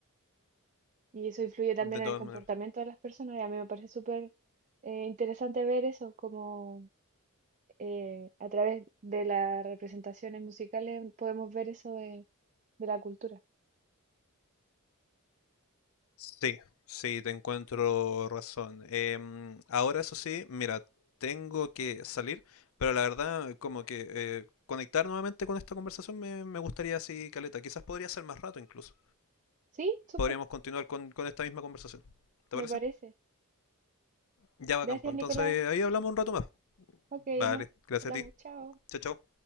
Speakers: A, on the right; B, on the left.
A: y eso influye también
B: de
A: en
B: todas
A: el comportamiento
B: maneras.
A: de las personas y a mí me parece súper eh, interesante ver eso, como eh, a través de las representaciones musicales podemos ver eso de, de la cultura.
B: Sí, sí, te encuentro razón. Em, ahora eso sí, mira, tengo que salir, pero la verdad, eh, como que eh, conectar nuevamente con esta conversación me, me gustaría así, Caleta. Quizás podría ser más rato incluso.
A: Sí, súper,
B: Podríamos continuar con, con esta misma conversación. ¿Te
A: me
B: parece?
A: parece.
B: Ya va,
A: Gracias,
B: campo. Entonces
A: Nicolás.
B: ahí hablamos un rato más.
A: Ok,
B: Vale,
A: nos
B: gracias
A: hablamos,
B: a ti.
A: chao.
B: Chao, chao.